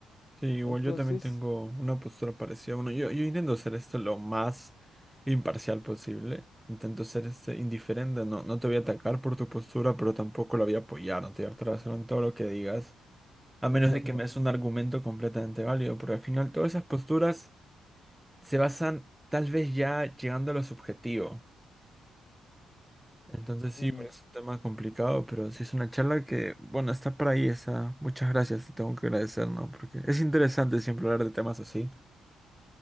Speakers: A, in the centre; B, on the left (about 40°).
A: Sí, igual
B: Entonces,
A: yo también tengo una postura parecida. Bueno, yo, yo intento hacer esto lo más imparcial posible. Intento ser este indiferente. No, no te voy a atacar por tu postura, pero tampoco la voy a apoyar. No te voy a hacer en todo lo que digas. A menos
B: exacto.
A: de que me des un argumento completamente válido, porque al final todas esas posturas se basan tal vez ya llegando a lo subjetivo. Entonces sí,
B: Mm,
A: bueno, es un tema complicado, pero sí es una charla que, bueno, está por ahí esa. Muchas gracias, te tengo que agradecer, ¿no? Porque es interesante siempre hablar de temas así.